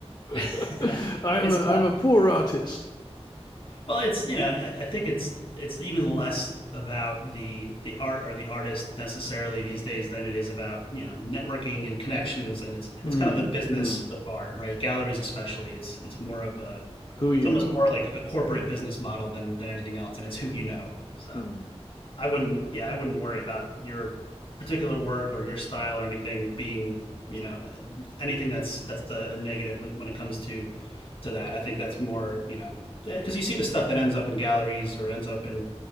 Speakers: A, on the left; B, on the left.
A: <laughs>
B: <laughs> I am
A: it's
B: a, I'm
A: tough
B: a poor artist.
A: Well, it's you know, I, I think it's it's even less about the the art or the artist necessarily these days than it is about you know networking and connections and it's
B: Hmm.
A: it's kind of the business
B: Hmm.
A: of art, right? Galleries especially, it's it's more of a
B: Who you
A: it's almost
B: know?
A: more like a corporate
B: Yeah.
A: business model than than anything else, and it's who you know. So
B: Hmm.
A: I wouldn't. Yeah, I wouldn't worry about your particular work or your style or anything being you know anything that's that's a, a negative when- it comes to to that. I think that's more you know because you see the stuff that ends up in galleries or ends up in